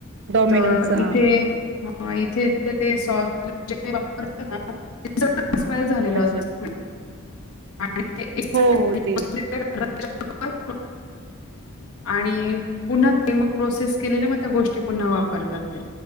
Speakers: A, on the right; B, on the left.
A: डॉमिनोजचा
B: तर इथे
A: हा
B: ह इथे ते सॉस वापरतात, एक्सपायर झालेलं
A: अच्छा
B: असत. <unintelligible>
A: हो हो ते
B: आणि पुन्हा ते मग प्रोसेस केलेल्या, मग त्या गोष्टी पुन्हा वापरतात ते.